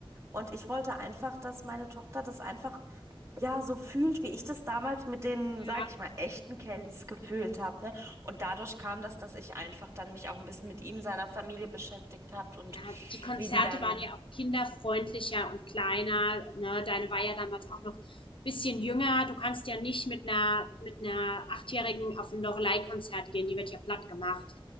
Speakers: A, on the right (about 30°); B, on the left (about 60°).
A: Und ich wollte einfach, dass meine Tochter das einfach ja, so fühlt, wie ich das damals mit den,
B: Ja.
A: sage ich mal, echten Kellys gefühlt habe, ne? Und dadurch kam das, dass ich einfach dann mich auch ein bisschen mit ihm, seiner Familie beschäftigt habe und
B: Ja, die Konzerte
A: wie die dann,
B: waren ja auch kinderfreundlicher und kleiner, ne? Deine war ja damals auch noch ein bisschen jünger. Du kannst ja nicht mit einer mit einer Achtjährigen auf ein Loreley-Konzert gehen, die wird ja plattgemacht.